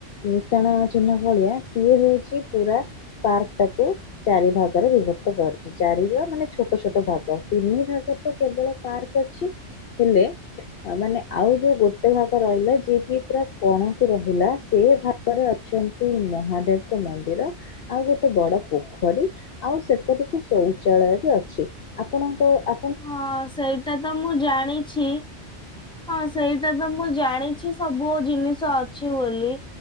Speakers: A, on the left (about 60°); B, in the centre.
A: ବିଶାଣ ଚିହ୍ନ ଭଳିଆ ସିଏ ହଉଛି ପୁରା ପାର୍କ ଟାକୁ ଚାରି ଭାଗରେ ବିଭକ୍ତ କରିଚି। ଚାରିର ମାନେ ଛୋଟ ଛୋଟ ଭାଗ ତିନି ଭାଗ ତ କେବଳ ପାର୍କ ଅଛି ହେଲେ ମାନେ ଆଉ ଯୋଉ ଗୋଟେ ଭାଗ ରହିଲା ଯିଏ କି ପୁରା କଣକୁ ରହିଲା ସେ ଭାଗରେ ଅଛ ନ୍ତି ମହାଦେବଙ୍କ ମନ୍ଦିର ଆଉ ଗୋଟେ ବଡ ପୋଖରୀ ଆଉ ସେପଟକୁ ଶୌଚାଳୟ ବି ଅଛି ଆପଣଙ୍କ ଆ
B: ହଁ ସେଇଟା ତ ମୁଁ ଜାଣିଛି ହଁ ସେଇଟା ତ ମୁଁ ଜାଣିଛି ସବୁ ଜିନିଷ ଅଛି ବୋଲି